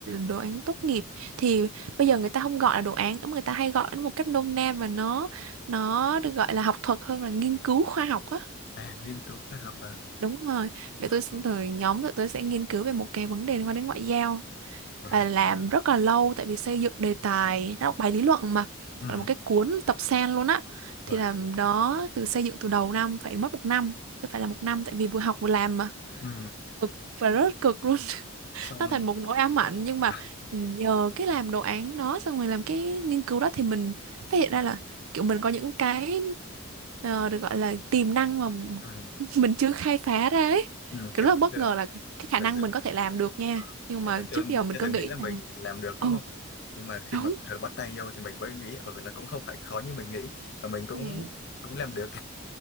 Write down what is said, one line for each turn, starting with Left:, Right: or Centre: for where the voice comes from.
Right: đồ án tốt nghiệp thì bây giờ người ta không gọi là đồ án nữa mà người ta hay gọi nó một cách nôm na và nó nó được gọi là học thuật hơn là nghiên cứu khoa học á
Left: à nghiên cứu khoa học à
Right: đúng rồi thì
Left: ờ,
Right: tôi xin- rồi nhóm tụi tôi sẽ nghiên cứu về một cái vấn đề liên quan đến ngoại giao
Left: và
Right: và làm rất là lâu tại vì xây dựng đề tài nó bài lý luận mà
Left: ừ.
Right: gọi là một cái cuốn tập sen luôn á thì
Left: và
Right: làm đó từ xây dựng từ đầu năm phải mất một năm tôi phải là một năm tại vì vừa học vừa làm mà
Left: ừ.
Right: cực và rất cực luôn
Left: xong
Right: nó thành một nỗi ám ảnh nhưng mà
Left: <laughs>
Right: nhờ cái làm đồ án đó xong rồi làm cái nghiên cứu đó thì mình phát hiện ra là kiểu mình có những cái ờ, được gọi là tiềm năng mà
Left: ừ.
Right: <laughs> mình chưa khai phá ra ấy
Left: Ừ.
Right: kiểu
Left: kiểu
Right: rất
Left: hồi
Right: là bất
Left: xưa
Right: ngờ là cái khả
Left: hồi
Right: năng
Left: xưa
Right: mình có thể làm được nha
Left: Ờ,
Right: nhưng
Left: Tại
Right: mà
Left: hồi xưa
Right: trước giờ mình
Left: chưa
Right: cứ
Left: từng
Right: nghĩ
Left: nghĩ là
Right: là
Left: mình làm được đúng
Right: ồ
Left: không? Nhưng mà khi
Right: đúng
Left: mà thử bắt tay vô thì mình mới nghĩ ừ nó cũng không phải khó như mình nghĩ và mình cũng
Right: Ừ,
Left: cũng làm được.